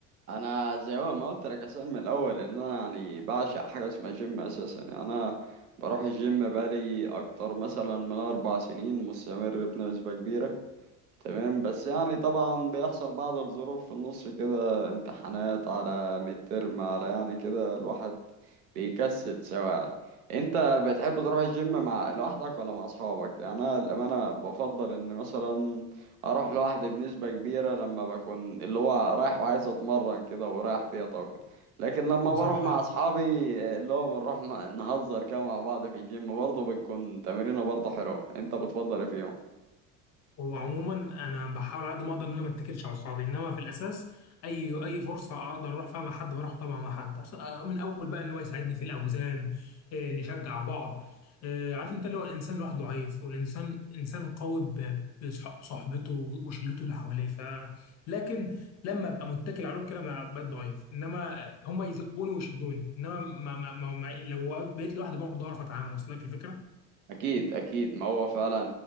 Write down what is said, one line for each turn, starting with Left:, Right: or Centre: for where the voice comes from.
Right: انا زي هو ما قلت لك اصلا من الاول ان انا يعني بعشق حاجه اسمها جيم اساسا يعني انا بروح الجيم بقالي اكتر مثلا من اربع سنين مستمر بنسبه كبيره تمام بس يعني طبعا بيحصل بعض الظروف في النص كده امتحانات على مترم على يعني كده الواحد بيكسل سواعي انت بتحب تروح الجيم مع لوحدك ولا مع اصحابك يعني انا الامانه بفضل ان مثلا اروح لوحدي بنسبه كبيره لما بكون اللي هو رايح وعايز اتمرن كده ورايح فيها طاقه لكن لما
Left: بصراحة
Right: بروح مع اصحابي اللي هو بنروح ن- نهزر كده مع بعض في الجيم برضه بتكون تمرينه برضه حلوه انت بتفضل ايه فيهم
Left: هو عموما انا بحاول على قد ما اقدر ان انا ما اتكلش على اصحابي انما في الاساس اي اي فرصه اقدر اروح فيها مع حد بروح طبعا مع حد عشان- آه، من اول بقى ان هو يساعدني في الاوزان آه، نشجع بعض آه، عارف انت لو الانسان لوحده ضعيف والانسان انسان قوي ب- بصحبته وشلته اللي حواليه ف لكن لما ابقى متكل عليهم كده انا بقيت ضعيف انما هم يزقوني ويشدوني انما ما ما ما ما لو بقيت لوحدي برضه اعرف اتعامل اصل لك الفكره
Right: اكيد اكيد ما هو فعلا